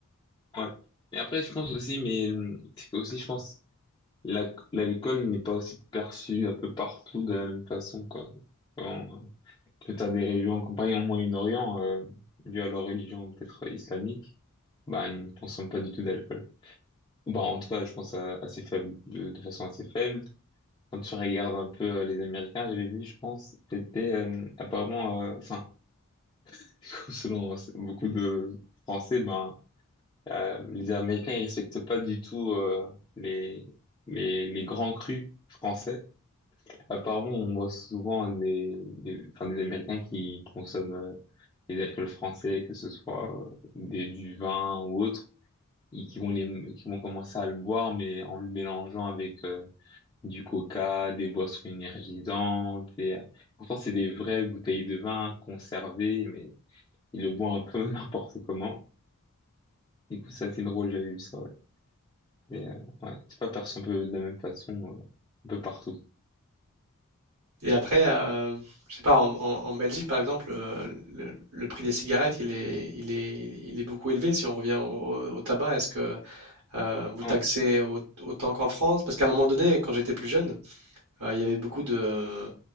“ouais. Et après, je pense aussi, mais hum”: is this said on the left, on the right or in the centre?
Left